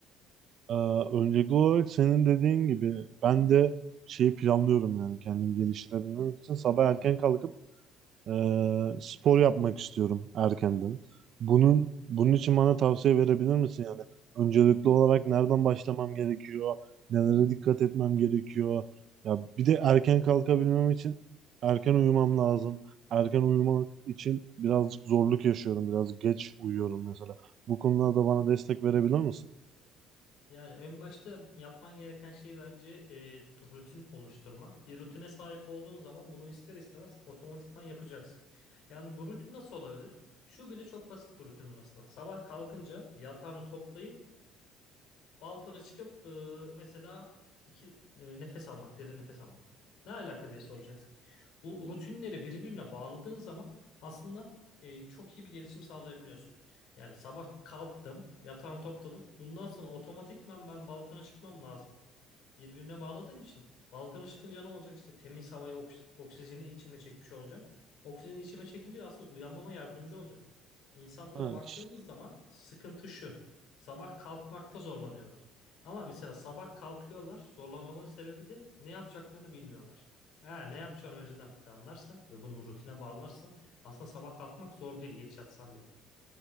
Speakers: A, on the right; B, on the left.
A: Ee, öncelikli olarak senin dediğin gibi ben de şeyi planlıyorum yani kendimi geliştirebilmek için sabah erken kalkıp Ee, spor yapmak istiyorum erkenden. Bunun bunun için bana tavsiye verebilir misin yani? Öncelikli olarak nereden başlamam gerekiyor? Nelere dikkat etmem gerekiyor? Ya bir de erken kalkabilmem için erken uyumam lazım. Erken uyumak için birazcık zorluk yaşıyorum. Biraz geç uyuyorum mesela. Bu konularda bana destek verebilir misin?
B: Yani en başta yapman gereken şey bence e, rutin oluşturmak. Bir rutine sahip olduğun zaman bunu ister istemez otomatikman yapacaksın. Yani bu rutin nasıl olabilir? Şu bile çok basit bir rutin aslında. Sabah kalkınca yatağını toplayıp Balkona çıkıp e, mesela iki e, nefes almak, derin nefes almak. Ne alaka diye soracaksın. Bu rutinleri birbirine bağladığın zaman aslında e, çok iyi bir gelişim sağlayabiliyorsun. Yani sabah kalktım, yatağımı topladım. Bundan sonra otomatikman ben balkona çıkmam lazım birbirine bağladığım için Balkan'a çıkınca ne olacak? İşte temiz havayı, oks- oksijeni içime çekmiş olacağım. Oksijeni içime çekince aslında uyanmama yardımcı olacak. İnsanlara
A: Ha,
B: baktığımız
A: ş-
B: zaman sıkıntı şu. Sabah kalkmakta zorlanıyorlar. Ama mesela sabah kalkıyorlar. Zorlanmaların sebebi de ne yapacaklarını bilmiyorlar. Eğer ne yapacağını önceden planlarsan ve bunu rutine bağlarsan aslında sabah kalkmak zor değil geç yatsan bile.